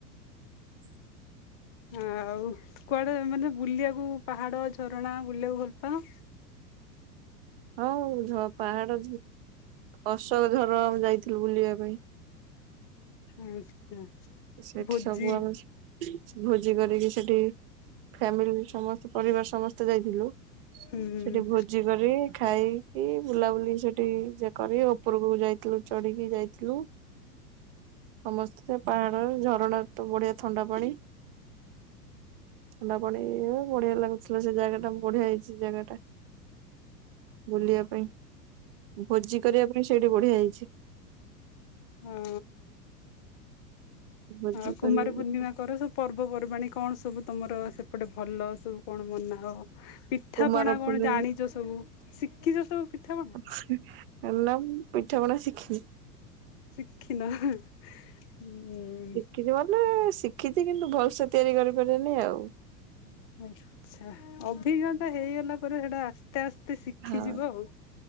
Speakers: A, on the right; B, on the left.
A: <unintelligible>
B: ଆଉ କୁଆଡେ ମାନେ ବୁଲିବାକୁ ପାହାଡ ଝରଣା ବୁଲିବାକୁ ଭଲ ପାଅ।
A: ହଁ ଝ ପାହାଡ ଅଶୋକଝର ଆମ ଯାଇଥିଲୁ ବୁଲିବା ପାଇଁ।
B: ଆଚ୍ଛା
A: ସେଠି
B: ଭୋଜି
A: ସବୁ ଆମେ ଭୋଜି କରିକି ସେଠି ଫ୍ୟାମିଲି ସମସ୍ତେ ପରିବାର ସମସ୍ତେ ଯାଇଥିଲୁ
B: ହୁଁ
A: ସେଠି ଭୋ ଭୋଜି କରି ଖାଇକି ବୁଲାବୁଲି ସେଠି ଏ କରି ଉପରକୁ ଯାଇଥିଲୁ ଚଢ଼ିକି ଯାଇଥିଲୁ। ସମସ୍ତେ ପାହାଡ ଝରଣା ତ ବଢିଆ ଥଣ୍ଡା ପାଣି। ଥଣ୍ଡା ପାଣି ବଢିଆ ଲାଗୁଥିଲା ସେ ଜାଗା ଟା ବଢିଆ ହେଇଛି ସେ ଜାଗାଟା। ବୁଲିବା ପାଇଁ ଭୋଜି କରିବା ପାଇଁ ସେଇଠି ବଢିଆ ହେଇଛି।
B: ହଁ
A: ଭୋଜି
B: ଆଉ କୁମାର
A: କରିବୁ
B: ପୂର୍ଣ୍ଣିମା
A: ଗୋଟେ
B: କର ସବୁ। ପର୍ବପର୍ବାଣୀ କଣ ସବୁ ତମର ସେପଟେ ଭଲ ସବୁ କଣ ମନାଅ? ପିଠା
A: କୁମାର
B: ପଣା
A: ପୂର୍ଣ୍ଣିମା
B: କଣ ଜାଣିଛ ସବୁ ଶିଖିଛ ସବୁ ପିଠାପଣା।
A: <unintelligible> ହେଲା ମୁଁ ପିଠାପଣା ଶିଖିଚି।
B: ଶିଖିନ ହ ହୁଁ।
A: ଶିଖିଥିବ ନା ଶିଖିଛି କିନ୍ତୁ ଭଲସେ ତିଆରି କରିପାରିବେନି ଆଉ।
B: ଆଛା ଅଭିଜ୍ଞତା ହେଇଗଲା ପରେ ସେଟା ଆସ୍ତେ ଆସ୍ତେ ଶିଖିଯିବ
A: ହଁ
B: ଆଉ।